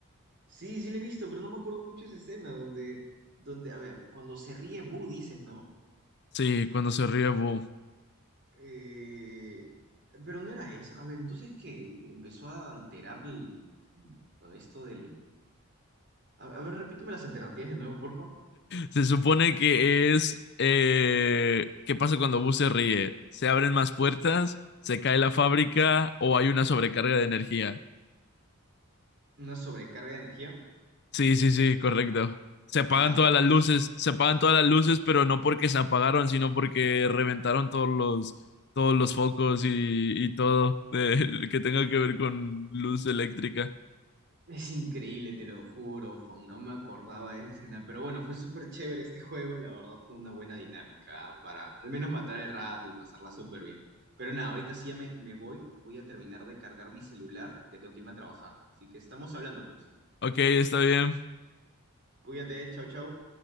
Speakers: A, on the right (about 50°); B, on the left (about 50°).
A: Sí, sí le he visto, pero no me acuerdo mucho esa escena donde, donde, a ver, cuando se ríe Boo dices, ¿no?
B: Sí, cuando se ríe Boo.
A: Eh, pero no era esa. A ver, entonces, ¿qué? Empezó a alterar el- lo de esto del... A, a ver, repíteme las alternativas de nuevo, porfa.
B: Se supone que es... eh, ¿qué pasa cuando Boo se ríe? ¿Se abren más puertas? ¿Se cae la fábrica? ¿O hay una sobrecarga de energía?
A: Una sobrecarga de energía.
B: Sí, sí, sí, correcto. Se apagan
A: Ay,
B: todas
A: no puede
B: las luces,
A: ser.
B: se apagan todas las luces, pero no porque se apagaron, sino porque reventaron todos los, todos los focos y, y todo de- <laughs> que tenga que ver con luz eléctrica.
A: Es increíble, te lo juro, Juan, no me acordaba de esa escena, pero bueno, fue súper chévere este juego, la verdad fue una buena dinámica ¿ah? para al menos matar el rato y pasarla súper bien. Pero nada, ahorita sí ya me, me voy, voy a terminar de cargar mi celular porque tengo que irme a trabajar. Así que estamos hablando, pues.
B: Ok, está bien.
A: Cuídate, chau, chau.